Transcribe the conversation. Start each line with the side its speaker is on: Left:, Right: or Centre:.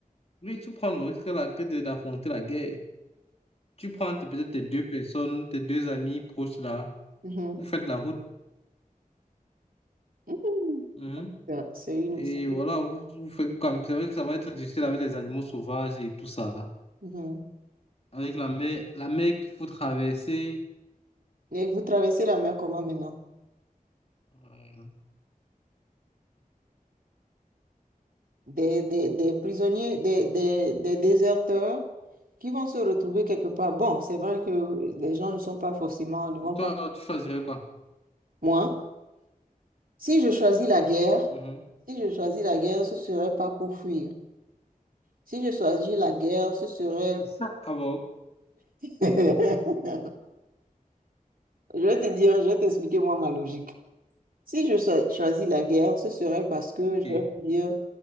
Left: oui, tu prends le risque là que de- d'affronter la guerre. Tu prends t- peut-être tes deux personnes, tes deux amis proches là,
Right: Mhm.
Left: vous faites la route.
Right: Mhm.
Left: Mhm.
Right: Ça, C'est une...
Left: Et
Right: c'est
Left: voilà,
Right: une-
Left: vous, vous faites comme. C'est vrai que ça va être difficile avec les animaux sauvages et tout ça.
Right: Mhm.
Left: Avec la mer, la mer qu'il faut traverser.
Right: Et vous traversez la mer comment maintenant?
Left: euh,
Right: des, des, des prisonniers, des, des, des déserteurs qui vont se retrouver quelque part. Bon, c'est vrai que les gens ne sont pas forcément, ne vont
Left: et toi,
Right: pas
Left: tu choisirais
Right: forcément.
Left: quoi?
Right: Moi, si je choisis la guerre,
Left: Mhm.
Right: si je choisis la guerre, ce serait pas pour fuir. Si je choisis la guerre, ce serait...
Left: <laughs> Ah bon,
Right: <laughs> Je vais te dire, je vais t'expliquer moi ma logique. Si je cho- choisis la guerre, ce serait parce que
Left: ok.
Right: je vais me dire,